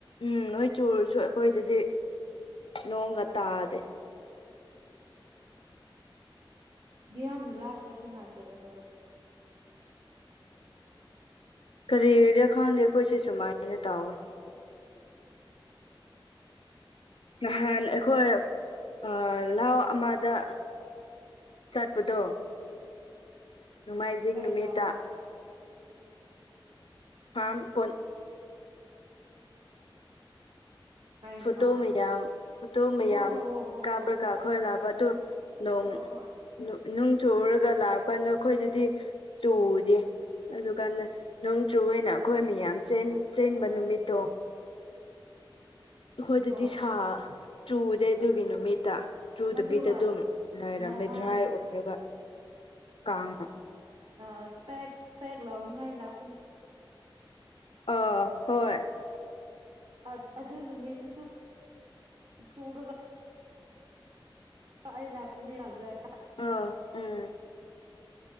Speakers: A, on the left; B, on the right.
A: ꯎꯝ ꯅꯣꯏ ꯆꯨꯔꯁꯨ ꯑꯩꯈꯣꯏꯗꯗꯤ ꯅꯣꯡꯒ ꯇꯥꯗꯦ
B: ꯌꯥꯝ ꯌꯥꯝ ꯂꯥꯞꯄꯁꯨ ꯅꯥꯠꯇꯕꯗꯣ
A: ꯀꯔꯤꯗ ꯈꯪꯗꯦ ꯑꯩꯈꯣꯏꯁꯦ ꯁꯨꯃꯥꯏꯅ ꯇꯧꯋꯦ ꯅꯍꯥꯟ ꯑꯩꯈꯣꯏ ꯑꯥ ꯂꯍꯥꯎ ꯑꯃꯗ ꯆꯠꯄꯗꯣ ꯅꯣꯡꯃꯥꯏꯖꯤꯡ
B: ꯀꯩ
A: ꯅꯨꯃꯤꯠꯇ
B: ꯂꯥꯎꯗ
A: ꯐꯥꯝꯄꯨꯟ
B: ꯀꯩ
A: ꯐꯣꯇꯣ
B: ꯐꯥꯝ
A: ꯃꯌꯥꯝ ꯐꯣꯇꯣ ꯃꯌꯥꯝ
B: ꯍꯣ ꯍꯣ ꯍꯣ ꯍꯣ
A: ꯀꯥꯕ꯭ꯔ
B: ꯍꯣꯏ
A: ꯀꯥ ꯈꯣꯏ ꯂꯥꯛꯄ ꯑꯗꯨ ꯅꯣꯡ
B: ꯍꯣ ꯍꯣꯏ
A: ꯅꯨ ꯅꯨꯡ ꯆꯨꯔꯒ ꯂꯥꯛꯑꯀꯥꯟꯗ ꯑꯩꯈꯣꯏꯗꯗꯤ ꯆꯨꯗꯦ ꯑꯗꯨꯀꯥꯟꯗ ꯅꯣꯡ ꯆꯨꯋꯦꯅ ꯑꯩꯈꯣꯏ ꯃꯤꯌꯥꯝ ꯆꯦꯟ ꯆꯦꯟꯕ
B: ꯑꯣ
A: ꯅꯨꯃꯤꯠꯇꯣ ꯑꯩꯈꯣꯏꯗꯗꯤ
B: ꯍꯣꯏ
A: ꯁꯥ ꯆꯨꯗꯦ ꯑꯗꯨꯒꯤ ꯅꯨꯃꯤꯠꯇ ꯆꯨꯗꯕꯤꯗ
B: ꯑꯗꯨꯒ
A: ꯑꯗꯨꯝ ꯂꯩꯔꯝꯃꯦ
B: ꯅꯍꯥꯟ
A: ꯗ꯭ꯔꯥꯏ ꯑꯣꯏꯔꯒ ꯀꯥꯡ
B: ꯏꯁ ꯑꯥ ꯏꯁꯄꯦꯛ ꯏꯁꯄꯦꯛ ꯂꯥꯎꯅꯤꯡꯉꯥꯏ ꯂꯥꯛ
A: ꯑꯥ ꯍꯣꯏ
B: ꯑ ꯑꯗꯨ ꯅꯨꯃꯤꯠꯇꯨꯁꯨ ꯆꯨꯔꯒ ꯒꯥ ꯑꯩ ꯂꯥꯛꯄꯅꯦ ꯕꯖꯔ
A: ꯑꯥ ꯎꯝ